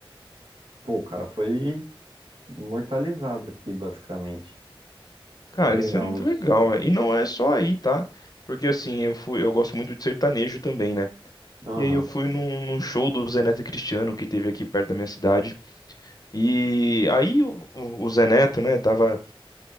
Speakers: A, on the right; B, on the left.
A: Pô, o cara foi imortalizado aqui, basicamente.
B: Cara,
A: Bem legal
B: isso é muito
A: isso.
B: legal, velho. E não é só aí, tá? Porque assim, eu fui, eu gosto muito de sertanejo também, né?
A: Aham.
B: E aí eu fui num, num show do Zé Neto e Cristiano que teve aqui perto da minha cidade. E aí o, o o Zé Neto, né, tava